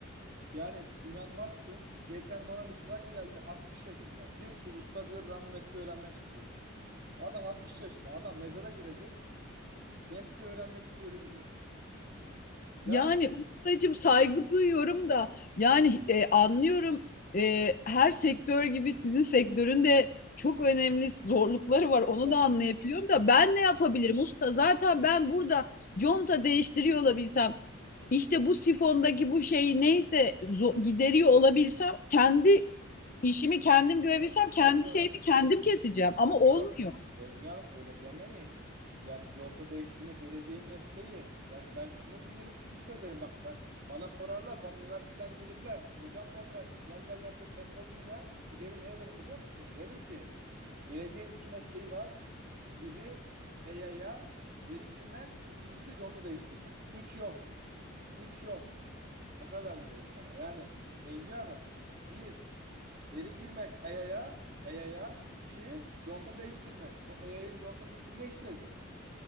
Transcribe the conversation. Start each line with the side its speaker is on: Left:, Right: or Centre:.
Right: Yani inanmazsın. Geçen bana bir çırak geldi 60 yaşında. Diyor ki usta diyor ben bu mesleği öğrenmek istiyorum. Adam 60 yaşında. Adam mezara girecek. Mesleği öğrenmek istiyorum diyor. Yani
Left: Yani ustacım saygı duyuyorum da yani e, anlıyorum e, her sektör gibi sizin sektörün de çok önemli zorlukları var. Onu
Right: oh,
Left: da anlayabiliyorum da ben ne yapabilirim usta? Zaten ben burada conta değiştiriyor olabilsem işte bu sifondaki bu şeyi neyse zo- gideriyor olabilsem kendi İşimi kendim görebilsem
Right: Bengi
Left: kendi
Right: Hanım,
Left: şeyimi kendim keseceğim ama
Right: Bengi
Left: olmuyor.
Right: Hanım, Bengi Hanım öyle demeyin. Yani conta değiştirmek geleceğin mesleği. Yani ben şunu bilirim, şunu söylerim. Bak ben bana sorarlar, bana üniversiteden gelirler. Hocam derler, gel derler bize bir sempozyum ver. Giderim ne ederim biliyor musun? Derim ki geleceğin iki mesleği var. Biri EYA'ya veri girmek, ikincisi conta değiştirmek. Üç yok. Üç yok. O kadar diyorum sana. Yani Bengü Hanım, bir veri girmek EYA'ya, EYA'ya, İki conta değiştirmek. O EYA'nın contasını kim değiştirecek?